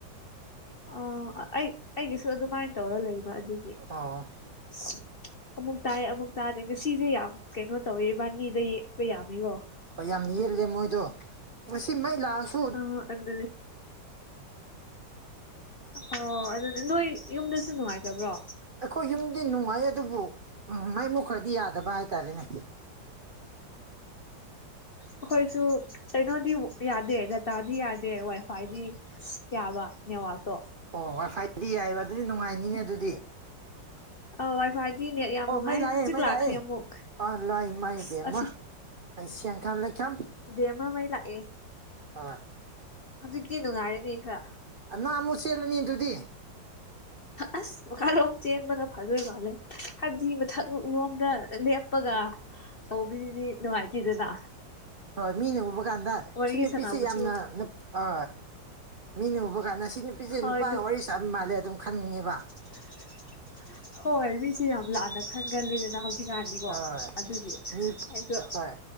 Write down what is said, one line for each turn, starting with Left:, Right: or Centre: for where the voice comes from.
Left: ꯑ ꯑꯩ ꯑꯩꯒꯤꯁꯨ ꯑꯗꯨꯃꯥꯏꯅ ꯇꯧꯔ ꯂꯩꯕ ꯑꯗꯨꯅꯤ
Right: ꯑ
Left: ꯎ ꯑꯃꯨꯛ ꯇꯥꯏꯌꯦ ꯑꯃꯨꯛ ꯇꯥꯗꯦ ꯉꯁꯤꯁꯦ ꯌꯥꯝ ꯀꯩꯅꯣ ꯇꯧꯋꯦ ꯏꯕꯥꯅꯤꯗ ꯌꯦꯛꯄ ꯌꯥꯃꯤꯀꯣ
Right: ꯍꯣꯏ ꯌꯥꯝ ꯌꯦꯜꯂꯦ ꯃꯣꯏꯗꯣ ꯉꯁꯤ ꯃꯥꯏ ꯂꯥꯛꯑꯁꯤ
Left: ꯑ ꯑꯗꯨꯗꯅꯦ ꯑꯣ ꯑꯗꯨꯗꯤ ꯅꯣꯏ ꯌꯨꯝꯗꯁꯨ ꯅꯨꯡꯉꯥꯏꯇꯕ꯭ꯔꯣ
Right: ꯑꯩꯈꯣꯏ ꯌꯨꯝꯗꯤ ꯅꯨꯡꯉꯥꯏ ꯑꯗꯨꯕꯨ ꯃꯥꯏꯃꯨꯛ ꯈꯔꯗꯤ ꯌꯥꯗꯕ ꯍꯥꯏꯇꯥꯔꯦꯅꯦ
Left: ꯑ ꯍꯣꯏꯁꯨ ꯀꯩꯅꯣꯗꯤꯛ ꯌꯥꯗꯦ ꯗꯇꯥꯗꯤ ꯌꯥꯗꯦ ꯋꯥꯏꯐꯥꯏꯗꯤ ꯌꯥꯕ ꯅꯦꯠꯋꯥꯥꯛꯛꯇꯣ
Right: ꯑꯣ ꯋꯥꯏ ꯐꯥꯏꯗꯤ ꯌꯥꯏꯑꯕ ꯑꯗꯨꯗꯤ ꯅꯨꯡꯉꯥꯏꯅꯤꯅꯦ ꯑꯗꯨꯗꯤ
Left: ꯑ ꯋꯥꯏꯐꯥꯏꯗꯤ ꯅꯦꯠ ꯌꯥꯝ
Right: ꯑꯣ
Left: ꯅꯨꯡꯉꯥꯏ
Right: ꯃꯥꯏ ꯂꯥꯛꯑꯦ
Left: ꯍꯧꯖꯤꯛ
Right: ꯃꯥꯏ
Left: ꯂꯥꯛꯈ꯭ꯔꯦ
Right: ꯂꯑꯦ
Left: ꯑꯃꯨꯛ
Right: ꯑ ꯂ ꯃꯥꯕ
Left: ꯑꯁ ꯑꯁꯤ
Right: ꯑꯩꯁꯤꯌꯥꯪ ꯈꯥꯝ ꯂꯩꯈꯝ
Left: ꯗꯦꯝꯃ ꯃꯥꯏ ꯂꯥꯛꯑꯦ
Right: ꯑ
Left: ꯍꯧꯖꯤꯛꯇꯤ ꯅꯨꯡꯉꯥꯏꯔꯅꯤ ꯈꯔ
Right: ꯅꯪ ꯑꯃꯨꯛ ꯆꯦꯜꯂꯅꯤ ꯑꯗꯨꯗꯤ
Left: ꯑꯁ ꯃꯈꯥꯔꯣꯝ ꯆꯦꯟꯕꯅ ꯐꯥꯗꯣꯏ ꯃꯥꯜꯂꯦ ꯍꯥꯏꯕꯗꯤ ꯃꯊꯛꯨꯛ ꯂꯣꯝꯗ ꯂꯦꯞꯄꯒ ꯇꯧꯕꯤꯗꯨꯗꯤ ꯅꯨꯡꯉꯥꯏꯇꯦꯗꯅ
Right: ꯍꯣꯏ ꯃꯤꯅ ꯎꯕ ꯀꯥꯟꯗ
Left: ꯋꯥꯔꯤ
Right: ꯁꯤ ꯅꯨꯄꯤꯁꯤ
Left: ꯁꯥꯟꯅꯕꯁꯨ
Right: ꯌꯥꯝꯅ ꯑ ꯃꯤꯅ ꯎꯕ ꯀꯥꯟꯗ ꯁꯤ ꯅꯨꯄꯤꯁꯦ
Left: ꯍꯣꯏ
Right: ꯅꯨꯄꯥꯒ ꯋꯥꯔꯤ ꯆꯥꯕ ꯃꯥꯜꯂꯦ ꯑꯗꯨꯝ ꯈꯟꯅꯦꯕ
Left: <unintelligible> ꯍꯣꯏ ꯃꯤꯁꯦ ꯌꯥꯝ ꯂꯥꯟꯅ ꯈꯟꯒꯜꯂꯤꯗꯅ ꯍꯧꯖꯤꯛ ꯉꯥꯟ ꯅꯤꯀꯣ
Right: ꯍꯣꯏ
Left: ꯑꯗꯨꯒꯤ
Right: ꯃꯤ
Left: ꯑꯩꯁꯨ
Right: ꯍꯣꯏ